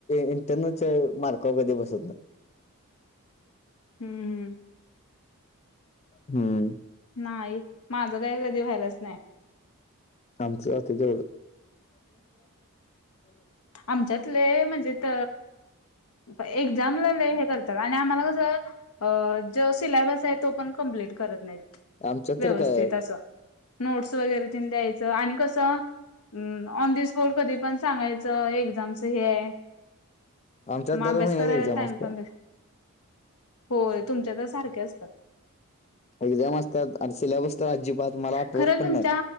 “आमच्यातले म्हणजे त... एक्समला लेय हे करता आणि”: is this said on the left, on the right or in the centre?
Left